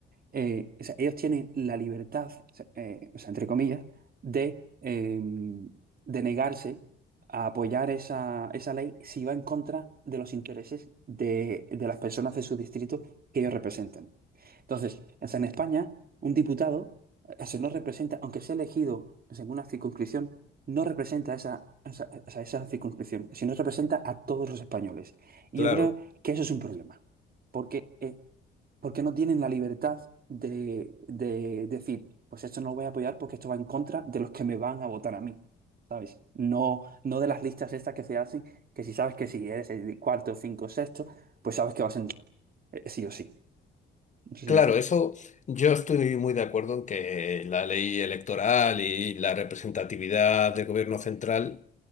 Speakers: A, on the right; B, on the left.
A: eh, o sea, ellos tienen la libertad, o sea, eh, o sea, entre comillas, de, eh, de negarse a apoyar esa, esa ley si va en contra de los intereses de, de las personas de su distrito que ellos representan. Entonces, o sea, en España, un diputado, eh, se no representa, aunque sea elegido o sea, en una circunscripción, no representa esa, esa, esa, esa circunscripción, sino representa a todos los españoles. Y
B: claro.
A: yo creo que eso es un problema, porque eh, porque no tienen la libertad de, de decir, pues esto no lo voy a apoyar porque esto va en contra de los que me van a votar a mí, ¿sabes? No, no de las listas estas que se hacen, que si sabes que si eres el cuarto, cinco, sexto, pues sabes que vas a entrar, eh, sí o sí. No sé
B: Claro,
A: si me entiendes.
B: eso yo estoy muy de acuerdo en que la ley electoral y la representatividad del gobierno central